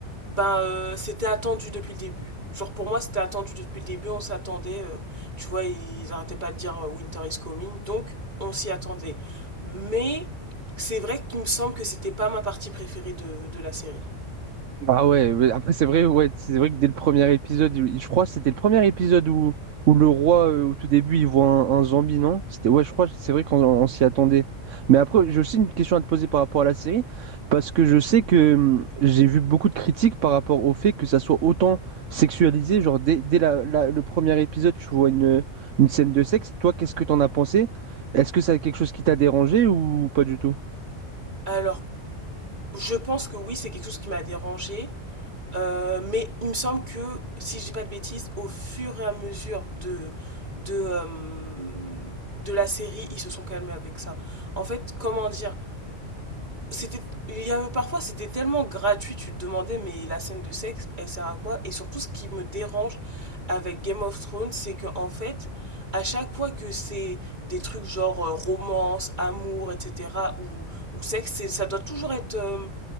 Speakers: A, on the right; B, on the right.
A: ben euh, c'était attendu depuis le début. Genre pour moi c'était attendu depuis le début, on s'attendait, euh, tu vois, ils arrêtaient pas de dire euh, Winter is coming, donc on s'y attendait. Mais c'est vrai qu'il me semble que c'était pas ma partie préférée de, de la série.
B: Ah ouais, mais après c'est vrai, ouais, c'est vrai que dès le premier épisode, il- je crois que c'était le premier épisode où, où le roi, euh, au tout début, il voit un, un zombie, non? C'était, ouais, je crois que c'est vrai qu'on on s'y attendait. Mais après, j'ai aussi une question à te poser par rapport à la série, parce que je sais que hum, j'ai vu beaucoup de critiques par rapport au fait que ça soit autant sexualisé, genre dès, dès la- la- le premier épisode, tu vois une, une scène de sexe. Toi, qu'est-ce que t'en as pensé? Est-ce que ça a quelque chose qui t'a dérangé ou pas du tout?
A: Alors je pense que oui c'est quelque chose qui m'a dérangé, Euh, mais il me semble que, si je dis pas de bêtises, au fur et à mesure de, de, euh, de la série, ils se sont calmés avec ça. En fait, comment dire, c'était, il y avait parfois, c'était tellement gratuit, tu te demandais, mais la scène de sexe, elle sert à quoi? Et surtout, ce qui me dérange avec Game of Thrones, c'est que, en fait, à chaque fois que c'est des trucs genre euh, romance, amour, etc., ou, ou sexe, c'est- ça doit toujours être, euh,